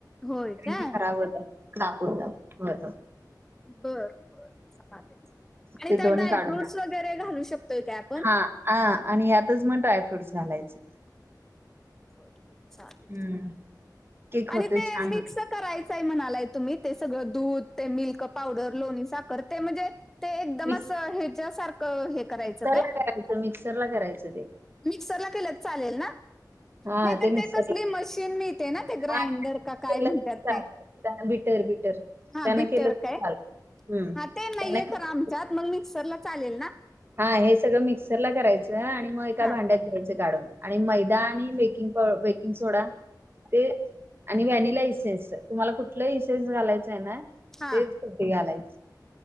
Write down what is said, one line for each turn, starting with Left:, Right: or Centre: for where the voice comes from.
Centre: होय काय
Right: रिंगी खराब होत्या. तापून तापून. व्हय हो.
Centre: बर बर चालेल आणि
Right: ते
Centre: त्या
Right: दोन्ही
Centre: त्यात ड्रायफ्रूट्स
Right: काढून टाक.
Centre: वगैरे घालू शकतोय काय आपण?
Right: हा आणि यातच मग ड्रायफ्रुट् घालायचं.
Centre: होय, चालेल.
Right: हम्म. केक
Centre: आणि
Right: होतोय
Centre: ते
Right: छान
Centre: मिक्स
Right: होतो.
Centre: करायचंय म्हणालाय तुम्ही ते सगळं दूध ते मिल्क, पावडर लोणी साखर ते म्हणजे ते एकदमच
Right: मिक्स
Centre: असं हेच्या सारखं हे करायचं
Right: मिक्सरला
Centre: काय.
Right: करायचं मिक्सरला करायचं ते.
Centre: मिक्सरला केले तर चालेल ना?
Right: हा
Centre: नाही तर ते
Right: मिक्सरला
Centre: तसली मशीन मिळते. ना ते ग्राइंडर
Right: हां
Centre: का काय
Right: केलं
Centre: म्हणतात
Right: तरी चालेल.
Centre: ते?
Right: त्यानं बिटर बिटर
Centre: हा
Right: त्यानं
Centre: बिटर
Right: केलं तरी
Centre: काय.
Right: चालेल. हं.
Centre: हा ते नाहीे
Right: त्यानं केलं
Centre: खरं आमच्यात मग मिक्सर ला चालेल ना?
Right: हा हे सगळं मिक्सर ला करायचं आणि मग एका
Centre: हा
Right: भांड्यात घ्यायच काढून आणि मैदा आणि बेकिंग बेकिंग सोडा. ते आणि व्हॅनिला इसेन्स तुम्हाला कुठलं इसेन्स घालायचं आहे ना.
Centre: हा
Right: तेच तिथ घालायच.